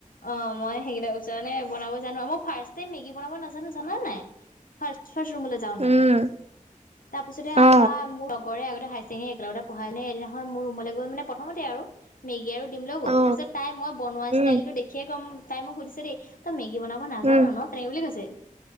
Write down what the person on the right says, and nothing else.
উম
অ
অ
উম
উম